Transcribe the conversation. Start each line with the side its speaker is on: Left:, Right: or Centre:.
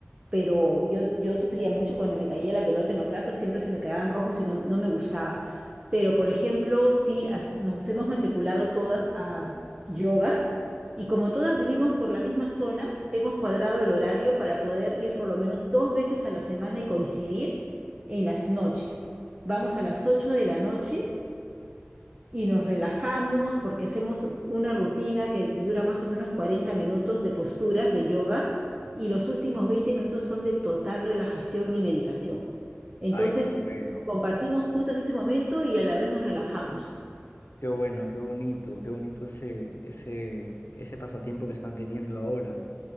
Right: pero yo, yo sufría mucho cuando me caía la pelota en los brazos, siempre se me quedaban rojos y no, no me gustaba. Pero, por ejemplo, sí, as- nos hemos matriculado todas a yoga y como todas vivimos por la misma zona, hemos cuadrado el horario para poder ir por lo menos dos veces a la semana y coincidir en las noches. Vamos a las 8 de la noche y nos relajamos porque hacemos una rutina que dura más o menos 40 minutos de posturas de yoga y los últimos 20 minutos son de total relajación y meditación. Entonces,
Left: Ay, qué bueno,
Right: compartimos juntas ese momento y a la vez nos relajamos.
Left: qué bueno, qué bonito, qué bonito ese, ese, ese pasatiempo que están teniendo ahora.